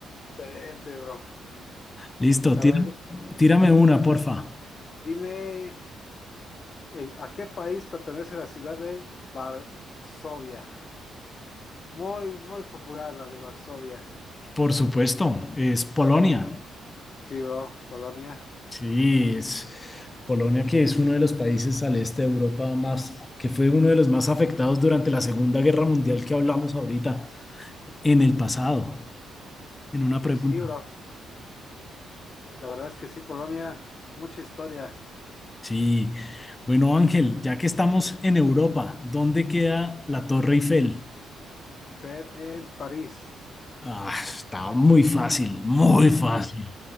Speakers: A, on the left (about 45°); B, on the left (about 20°).
A: Excelente, bro.
B: Listo,
A: A
B: tira-
A: ver,
B: tírame una, porfa.
A: dime, ¿en- ¿a qué país pertenece la ciudad de Varsovia? Muy, muy popular la de Varsovia.
B: Por supuesto, es Polonia.
A: Sí, bro, Polonia.
B: Sí, es Polonia que es uno de los países al este de Europa más, que fue uno de los más afectados durante la Segunda Guerra Mundial que hablamos ahorita, en el pasado, en una
A: Y
B: pregunta.
A: sí, bro, la verdad es que sí, Polonia, mucha historia.
B: Sí, bueno Ángel, ya que estamos en Europa, ¿dónde queda la Torre Eiffel?
A: Y fue en París.
B: Ah, está muy fácil, muy fácil.
A: Y la